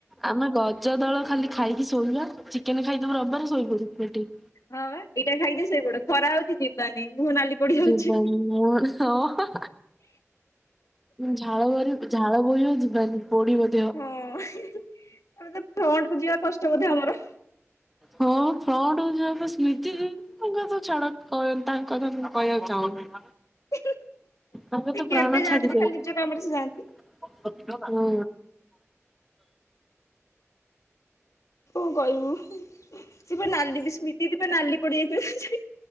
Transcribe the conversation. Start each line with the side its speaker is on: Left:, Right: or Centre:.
Centre: ଆମେ ରଜ ଦଳ ଖାଲି ଖାଇକି ଶୋଇବା। ଚିକେନ ଖାଇଥିବ ରବିବାରେ ଶୋଇପଡିବୁ ପେଟେଇ କି।
Left: ହଁ ବା ଏଇଟା ଖାଇଦେ ଶୋଇପଡ଼। ଖରା ହଉଛି ଯିବାନାଇଁ ମୁହଁ ନାଲି। ପଡି ଯାଉଛି।
Centre: ଯିବାନି ମ ହଁ। ଝାଳ ବାହାରିବ ଝାଳ ବୋହିିବ ଯିବାନି ପୋଡ଼ିବ।
Left: ହଁ ଆମେ ତ ଫ୍ରଣ୍ଟକୁ ଯିବା କଷ୍ଟ ବୋଧେ ଆମର।
Centre: ହଁ ଫ୍ରଣ୍ଟକୁ ଯିବାକୁ ସ୍ମୃତି ଦି। ତାଙ୍କର ତ ଛାଡ ତାଙ୍କ କଥା ମୁଁ କହିବାକୁ ଚାହୁଁନି।
Left: ସେ
Centre: ତାଙ୍କର ତ
Left: କେବେ
Centre: ପ୍ରାଣ
Left: ଯାଆନ୍ତିନି
Centre: ଛାଡିଯାଉଥିବ।
Left: ଖାଲି ନିଜ କାମରେ ସେ ଯାଆନ୍ତି।
Centre: ହୁଁ।
Left: କଣ କଇବୁ ସେ ବା ନାଲି ବି ସ୍ମିତି ଦି ନାଲି ପଡିଯାଇଥିଲେ ସେ।